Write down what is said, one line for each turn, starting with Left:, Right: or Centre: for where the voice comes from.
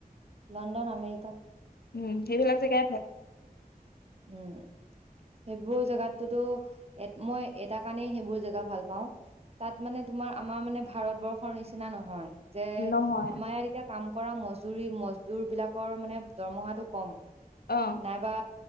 Right: লণ্ডন আমেৰিকা
Left: উম সেইবিলাক জেগাই ভাল
Right: উম সেইবোৰ জেগাতটোতো মই এটা কাৰণেই সেইবোৰ জেগা ভাল পাও তাত মানে তোমাৰ আমাৰ মানে ভাৰতবৰ্ষৰ নিচিনা নহয় যে
Left: নহয়
Right: আমাৰ ইয়াৰ এতিয়া কাম কৰা মজুুৰৰি মজুৰ বিলাকৰ মানে দৰমহাটো কম
Left: অ
Right: নাইবা